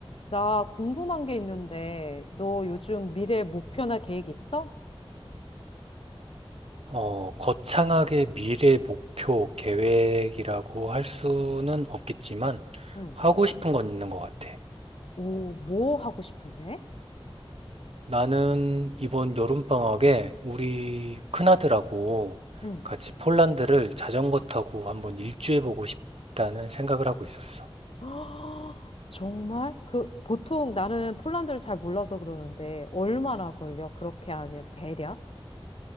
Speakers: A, on the left (about 65°); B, on the right (about 75°).
A: 나 궁금한 게 있는데, 너 요즘 미래 목표나 계획 있어?
B: 어, 거창하게 미래 목표 계획이라고 할 수는 없겠지만
A: 응.
B: 하고 싶은 건 있는 것 같아.
A: 오, 뭐 하고 싶은데?
B: 나는 이번 여름방학에 우리 큰아들하고
A: 응.
B: 같이 폴란드를 자전거 타고 한번 일주해보고 싶다는 생각을 하고 있었어.
A: <gasps> 정말? 그, 보통 나는 폴란드를 잘 몰라서 그러는데, 얼마나 걸려? 그렇게 하면 대략?